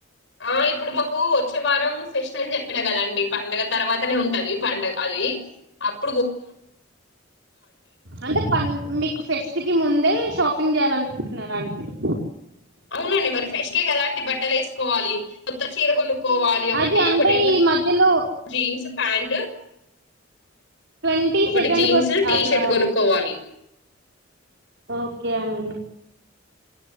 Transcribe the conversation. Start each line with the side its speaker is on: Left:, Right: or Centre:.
Left: ఆ ఇప్పుడు మాకు వచ్చేవారం ఫెస్ట్ అని చెప్పిన కదండి పండగ తర్వాతనే ఉంటది పండు అది అప్
Right: అంటే పం మీకు ఫెస్ట్ కి ముం దే షాపింగ్ చేయాలనుకుంటున్నారా అండి మీరు
Left: అవునండి మరి ఫెస్ట్ కే కదా అండి బట్టలు ఏసుకోవాలి కొత్తచీర కొను కోవాలి ఒకటి
Right: అది అంటే
Left: ఒకటి ఏమో
Right: ఈ మధ్యలో
Left: జీన్స్ ప్యాంటు
Right: ట్వంటీ
Left: ఒకటి
Right: సెకండ్
Left: జీన్స్
Right: కు వస్త
Left: టీ
Right: అట్లా
Left: షర్ట్ గొనుక్కోవాలి
Right: ఓకే అండి